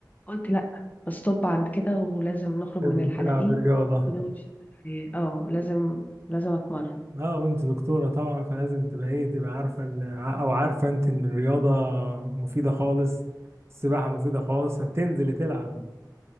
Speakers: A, on the left; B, on the right.
A: قلت لأ استوب عند كده ولازم نخرج
B: لازم
A: من الحالة
B: تلعب
A: دي
B: الرياضة
A: وده مش الحياة اه لازم لازم أتمرن
B: اه وانت دكتورة طبعا فلازم تبقى ايه تبقى عارفة ال- ع- او عارفة انت ان الرياضة مفيدة خالص السباحة مفيدة خالص هتنزلي تلعب